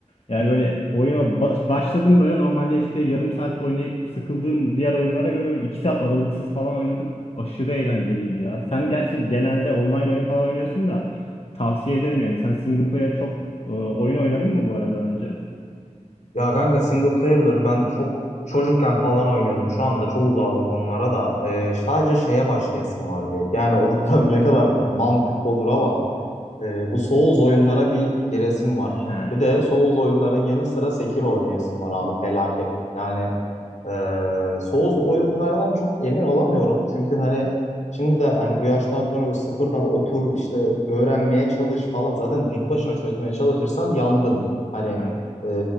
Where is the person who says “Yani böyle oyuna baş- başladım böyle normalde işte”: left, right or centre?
Left